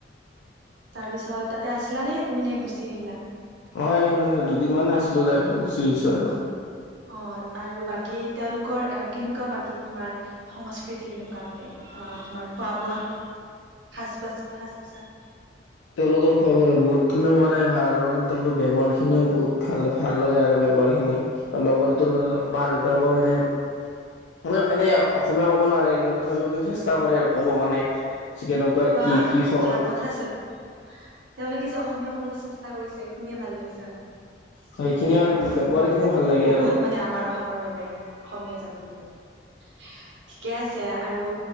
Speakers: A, on the right; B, on the left.
A: তাৰপিছত তাতে আছিলা নে তুমি নে গুচি আহিলা
B: মই মানে দুদিনমানান আছিলো তাৰ পিছত গুচি আহিছো আৰু
A: অ আৰু বাকী তেওঁলোকৰ কেনেকুৱা বাকী তোমাৰ সংস্কৃতি কেনেকুৱা <unintelligible> তোমাৰ খোৱা বোৱা সাজ পোছাক সাজ পোছাক
B: তেওঁলোকে খোৱাব বহুত খিনিও মানে ভাল আৰু মানে তেওঁলোকৰ ব্যৱহাৰ খিনিও বহুত ভাল ভাল লাগে আৰু ৰ খিনি লগৰটোৰ মানে মা দেউতাকো মানে মান এনে অসমীয়া ক'ব নোৱাৰে কিন্তু তথাপিও ম চেষ্টা কৰে আৰু ক'ব কাৰণে কেনেকুৱা
A: বাহ
B: কি কি খবৰ?
A: ভাল কথাচোন তেওঁলোকে অসমীয়া ক'বলৈ চেষ্টা কৰিছে শুনিয়ে ভাল লাগিছে মানে
B: সেইখিনিয়ে মানে ব্যৱহাৰ খিনি ভাল লাগে
A: বহুত
B: আৰু
A: মানে আমাৰ অসমৰ বাবে আৰু অসমীয়া জাতিৰ বাবে
B: হ <inaudible>
A: ঠিকে আছে আৰু